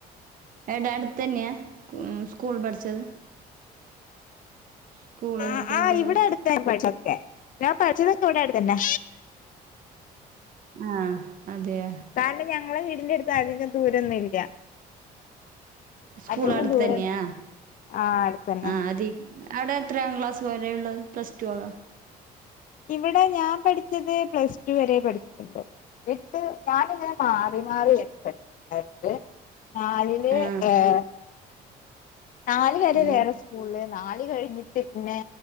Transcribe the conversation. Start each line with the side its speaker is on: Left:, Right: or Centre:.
Right: എടാ അടുത്ത തന്നെയാ മം സ്കൂൾ പഠിച്ചത് സ്കൂളിലത്തെ
Left: ആ ആഹ്
Right: കുട്ടികൾ
Left: ഇവിടെ അടുത്തൻ പഠിച്ചക്കെ ഞാൻ പഠിച്ചതൊക്കെ ഇവിടെ അടുത്തന്നെ
Right: ആഹ് അതെയ
Left: കാരണം ഞങ്ങളെ വീടിന്റെടുത്ത് അധികം ദൂരൊന്നു ഇല്ല
Right: സ്കൂൾ
Left: അധികം
Right: അടുത്ത്
Left: ദൂരം
Right: തന്നിയാ
Left: ആഹ് അടുത്തന്നെ
Right: ആഹ് അതി അവിടെ എത്രയാ ക്ലാസ് വരെയുള്ള് പ്ലസ്ടുവാ
Left: ഇവിടെ ഞാൻ പഠിച്ചത് പ്ലസ് ടു വരെ പഠിച്ചിട്ടുണ്ട് എട്ട് ഞാനിങ്ങനെ മാറി മാറിയ പഠിച്ചിട്ടുണ്ടായിരുന്നത് നാലില്
Right: ആ
Left: ഏഹ് നാല് വരെ
Right: ആ,
Left: വേറെ സ്കൂളില് നാല് കഴിഞ്ഞിട്ട് പിന്നെ